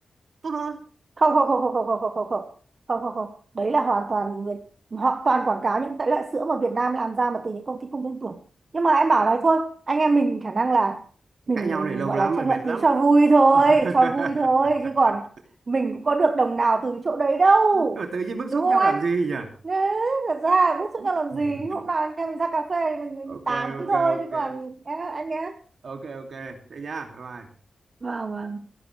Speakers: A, on the right; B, on the right.
A: tốt hơn
B: không không không không không không không không không không không không đấy là hoàn toàn Việt họ toàn quảng cáo những cái loại sữa mà Việt Nam làm ra mà từ những công ty không tên tuổi nhưng mà em bảo này thôi anh em mình khả năng là mình
A: cãi nhau này lâu
B: gọi
A: lắm
B: là
A: mà
B: tranh
A: mệt
B: luận
A: lắm
B: tí cho vui thôi
A: <laughs>
B: cho vui thôi chứ còn mình cũng có được đồng nào từ chỗ đấy đâu
A: mà tự nhiên bức
B: đúng
A: xúc
B: không
A: nhau
B: anh
A: làm gì nhỉ
B: Thế thật ra bức xúc đang
A: <laughs>
B: làm gì hôm nào anh em mình ra cà phê thì mình, mình
A: ok
B: tám
A: ok
B: thôi
A: ok
B: chứ còn em, anh nhé
A: ok ok thế nha bye bye
B: vâng vâng